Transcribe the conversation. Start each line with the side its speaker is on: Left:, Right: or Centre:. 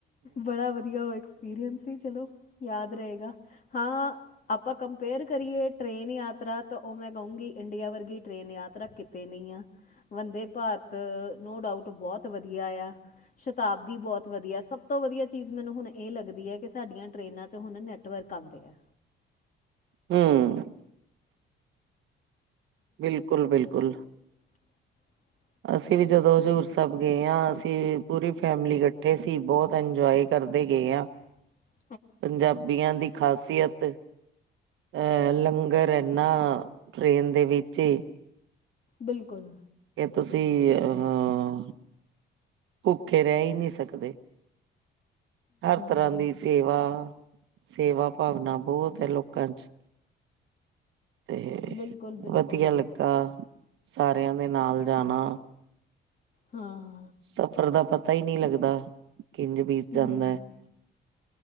Left: ਬੜਾ ਵਧੀਆ ਉਹ ਐਕਸਪੀਰੀਅੰਸ ਸੀ ਚਲੋ, ਯਾਦ ਰਹੇਗਾ। ਹਾਂ ਆਪਾਂ ਕੰਪੇਅਰ ਕਰੀਏ ਟ੍ਰੇਨ ਯਾਤਰਾ ਤਾਂ ਉਹ ਮੈਂ ਕਹੂਗੀ ਇੰਡੀਆ ਵਰਗੀ ਟ੍ਰੇਨ ਯਾਤਰਾ ਕਿਤ ਤੇ ਨਈਂ ਆ। ਵੰਦੇ ਭਾਰਤ ਨੋ ਡਾਊਟ ਬਹੁਤ ਵਧੀਆ ਆ। ਸ਼ਤਾਬਦੀ ਬਹੁਤ ਵਧੀਆ। ਸਭ ਸਭ ਤੋਂ ਵਧੀਆ ਚੀਜ਼ ਮੈਨੂੰ ਹੁਣ ਇਹ ਲੱਗਦੀ ਐ ਕਿ ਸਾਡੀਆਂ ਟਰੇਨਾਂ ਚ ਹੁਣ ਨੈੱਟਵਰਕ ਆਉਂਦੇ ਆ
Right: ਹਂ ਬਿਲਕੁਲ, ਬਿਲਕੁਲ।
Left: <inaudible>
Right: ਅਸੀਂ ਵੀ ਜਦੋਂ ਹਜ਼ੂਰ ਸਾਹਿਬ ਗਏ ਹਾਂ, ਅਸੀਂ ਪੂਰੀ ਫੈਮਿਲੀ ਇਕੱਠੇ ਸੀ, ਬਹੁਤ ਇੰਜੋਏ ਕਰਦੇ ਗਏ ਆਂ
Left: <inaudible>
Right: ਪੰਜਾਬੀਆਂ ਦੀ ਖ਼ਾਸੀਅਤ ਅਹ ਲੰਗਰ ਇਨਾਂ ਟਰੇਨ ਦੇ ਵਿੱਚ ਈ
Left: ਬਿਲਕੁਲ
Right: ਕਿ ਤੁਸੀਂ ਅਹ ਭੁੱਖੇ ਰਹਿ ਈ ਨੀਂ ਸਕਦੇ। ਹਰ ਤਰ੍ਹਾਂ
Left: ਹਮ,
Right: ਦੀ ਸੇਵਾ, ਸੇਵਾ ਭਾਵਨਾ ਬਹੁਤ ਏ ਲੋਕਾਂ ਚ। ਤੇ ਅ
Left: ਬਿਲਕੁਲ ਬਿਲਕੁਲ
Right: ਵਧੀਆ ਲੱਗਾ। ਸਾਰਿਆਂ ਦੇ ਨਾਲ ਜਾਣਾ।
Left: ਹਾਂ।
Right: ਸਫ਼ਰ ਦਾ ਪਤਾ ਈ ਨਹੀਂ ਲੱਗਦਾ, ਕਿੰਜ ਬੀਤ
Left: ਹੂੰ
Right: ਜਾਂਦਾ ਐ।